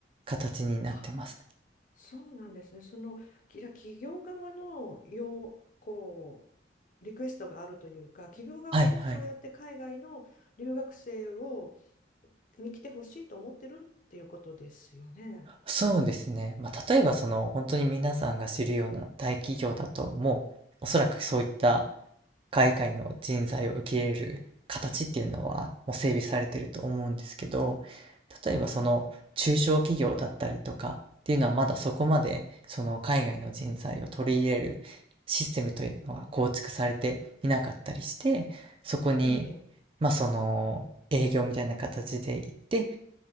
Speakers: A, on the right; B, on the left.
A: 形になってますね。
B: あそうなんですね。その、きじゃあ企業側の要、こう、リクエストがあるというか、企業側もそうやって海外の留学生を、
A: はいはい。
B: に来てほしいと思ってるっていうことですよね。
A: そうですね。まあ、例えばその、本当に皆さんが知るような大企業だと、もうおそらくそういった海外の人材を受け入れる形っていうのはもう整備されてると思うんですけど、例えばその中小企業だったりとかっていうのはまだそこまでその海外の人材を取り入れるシステムというのが構築されていなかったりして、
B: ええ、
A: そこに
B: ええ。
A: まあその営業みたいな形で行って、